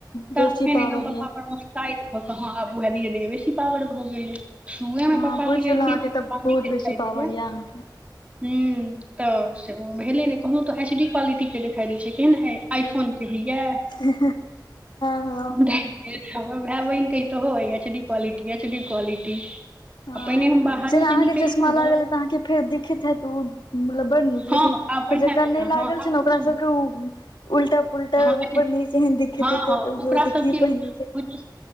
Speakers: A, on the left; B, on the right.
A: बेसी
B: तख फेन
A: पावर
B: एकदम पप्पा
A: यऽ
B: पर शइट भऽ कऽ हँ आब उएह धीरे धीरे बेसी पावर भऽ गेलै सुए
A: हँ
B: में पप्पा
A: बुझि
B: के
A: गेलहुँ
B: कहती
A: अहाँके
B: है जे पापा
A: तऽ बहुत
B: नहि देखा
A: बेसी
B: दै
A: पावर
B: यै
A: यऽ अहाँके
B: ह तऽ भेले ने कहनो तऽ एच डी क्वालिटी के देखाई दै छै एहन आइ फोन के भइयए
A: हँ हँ
B: टाइप हमर भाय बहिन कहि तो ह H D quality HD quality
A: ह
B: आ पहिने हम बाहरो
A: जेना
B: जे
A: अहाँके
B: निकलितहुँ
A: चश्मा लागलै
B: ने
A: तऽ अहाँके फेर दिखैत हेत उ त मतलब बड़ नीक
B: हँ
A: लेकिन
B: आब बढ़िआँ
A: जेकरा
B: जकाँ
A: नहि लागल
B: हँ आब
A: छै ने ओकरा सबके उ उलटा पुलटा
B: हँ
A: ऊपर नीचे एहन दिखैत
B: हँ
A: हेतै
B: हँ
A: तऽ
B: ओकरा सबके
A: की
B: ओ
A: पहिनने छै
B: जे